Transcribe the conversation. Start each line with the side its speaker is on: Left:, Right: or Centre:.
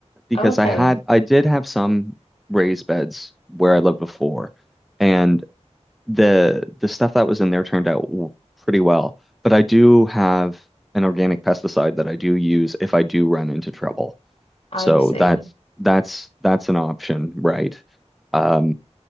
Centre: because
Left: Okay,
Centre: I had I did have some raised beds where I lived before, and the the stuff that was in there turned out w- pretty well. But I do have an organic pesticide that I do use if I do run into trouble.
Left: I
Centre: So
Left: see.
Centre: that's
Left: Yeah.
Centre: that's that's an option, right? Um,